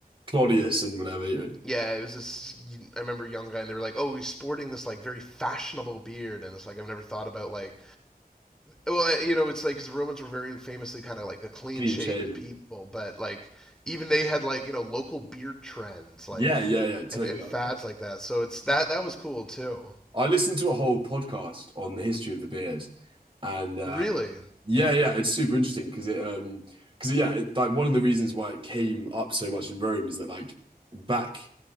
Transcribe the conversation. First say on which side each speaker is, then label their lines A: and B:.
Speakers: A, on the right (about 30°); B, in the centre.
A: Claudius and whatever, you know,
B: yeah. It was this. I remember a young guy, and they were like, "Oh, he's sporting this like very fashionable beard," and it's like I've never thought about like, well, you know, it's like because Romans were very famously kind of like a clean
A: clean
B: shaven
A: shaven.
B: people, but like even they had like you know local beard trends
A: Yeah,
B: like
A: yeah, yeah, totally.
B: and and
A: I,
B: fads
A: I
B: like that. So it's that that was cool too.
A: I listened to a whole podcast on the history of the beard, and uh,
B: Really,
A: Yeah, yeah, it's super interesting because it um because yeah, it, like one of the reasons why it came up so much in Rome is that like back